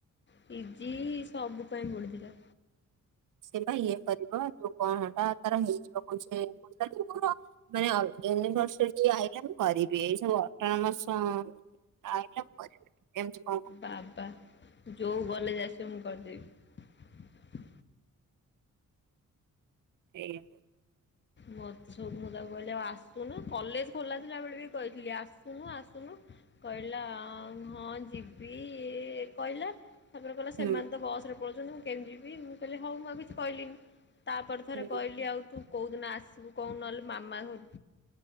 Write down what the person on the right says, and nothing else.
ସେ ବା ଇଏ କରିବ। ଯଉ କଣ ହେଟା ତାର ନେଇଯିବ କଣ ସେ <unintelligible> ମୋର ମାନେ ଅଲ ୟୁନିଭର୍ସଟି ଆଇଲା କରିବି ଏଇ ସବୁ ଅଟନମସ ଆଇଲା କରିବିନି। ଏମିତି କଣ କହୁଥିଲା।
ସେଇଆ।
ହୁଁ
ହୁଁ ହୁଁ